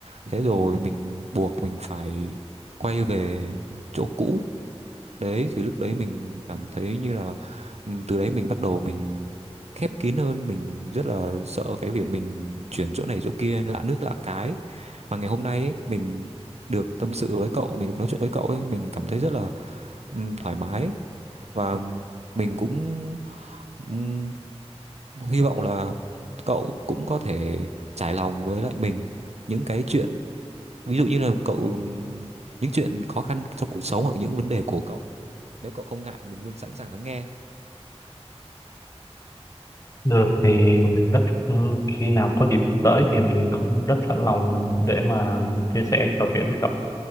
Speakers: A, on the right; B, on the left.
A: thế rồi mình buộc mình phải quay về chỗ cũ đấy thì lúc đấy mình cảm thấy như là ừm, từ đấy mình bắt đầu mình khép kín hơn mình rất là sợ cái việc mình chuyển chỗ này chỗ kia lạ nước lạ cái mà ngày hôm nay ấy, mình được tâm sự với cậu mình được nói chuyện với cậu ấy mình cảm thấy rất là ừm, thoải mái và mình cũng ừm, hy vọng là cậu cũng có thể trải lòng với lại mình những cái chuyện ví dụ như là cậu những chuyện khó khăn trong cuộc sống hoặc những vấn đề của cậu nếu cậu không ngại mình luôn sẵn sàng lắng nghe
B: Được thì mình rất ừ, khi nào có dịp tới thì mình cũng rất sẵn lòng để mà chia sẻ trò chuyện với cậu.